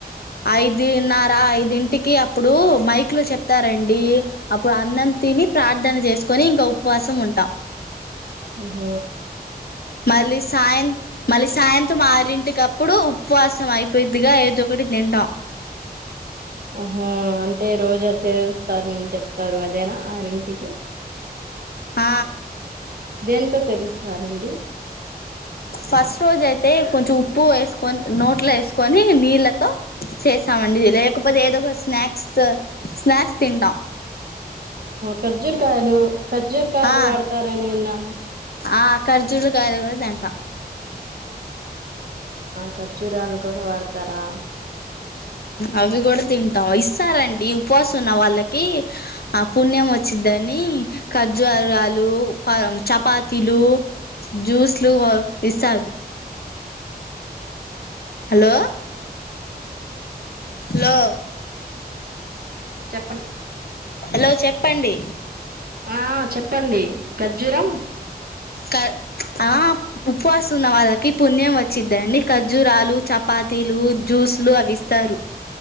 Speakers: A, on the left (about 70°); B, on the right (about 65°).
A: ఐదున్నర ఐదింటికి అప్పుడు మైక్ లో చెప్తారండి. అప్పుడు అన్నం తిని ప్రార్థన చేసుకొని ఇంకా ఉపవాసం ఉంటాం.
B: హ
A: మళ్ళీ సాయంత మళ్ళీ సాయంతం ఆరింటి క ఇప్పుడు ఉపవాసం అయిపోయిదిగా ఏదో ఒకటి తింటం
B: ఆహో అంటే రోజా తీరుస్తారుని చెప్తారు అదేనా ఆరింటికి
A: ఆ
B: దేంతో తెలుస్తారండి
A: ఫస్ట్ రోజ అయితే కొంచం పూ వేసుకని నోట్లో వేసుకొని కని నీళ్ళతో చేస్తామండి లేకపోతే ఏదో ఒక స్న్యాక్స్ స్నాక్స్ తింట
B: కజ్జురు కాయలు కజ్జుర్ కాయలు
A: ఆ
B: వాడతారా నివల్ నను
A: ఆ కర్జూలు కాలగా తంట
B: ఖర్జూరాను కూడా వాడతారా
A: అవి కూడా తింటాం ఇస్తారంండి. ఉపవాసం ఉన్న వాళ్ళకి ఆ పుణ్యం వచ్చిందని ఖర్జు ఆరరాలు చపాతీలు జ్యూస్లు ఇస్తారు హలో హలో
B: చెప్పండి
A: హలో చెప్పండి
B: ఆ చెప్పండి ఖర్జూరం
A: క ఆ ఉపవాసం ఉన్న వాళ్ళకి పుణ్యం వచ్చిద్దండి. ఖర్జూరాలు చపాతీలు జ్యూస్లు అవి ఇస్తారు.